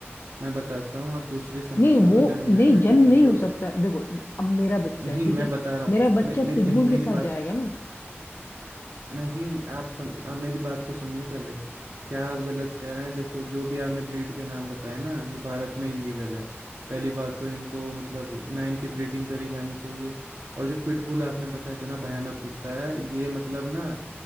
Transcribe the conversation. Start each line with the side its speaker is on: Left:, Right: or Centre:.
Right: मैं बताता हूँ आप दूसरी समस्या
Left: नहीं
Right: को
Left: वो
Right: जन्म
Left: नहीं
Right: दे रहे हैं
Left: जन
Right: क्योंकि
Left: नहीं
Right: जो
Left: हो सकता देखो अब मेरा बच्चा
Right: नहीं
Left: है ठीक
Right: मैं
Left: है
Right: बता रहा हूँ
Left: मेरा बच्चा
Right: मे, मे,
Left: पिटबुल
Right: नहीं मेरी
Left: के साथ
Right: बात
Left: जाएगा ना
Right: नहीं आप सम, आप मेरी बात तो सुनिए पहले क्या आप गलत कह रहे हैं देखो जो भी आपने ब्रीड के नाम बताए ना ये भारत में इलीगल है पहली बात तो इनको मतलब ना इनकी ब्रीडिंग करी जानी चाहिए और जो पिटबुल आपने बताए थे ना भयानक कुत्ता है ये मतलब ना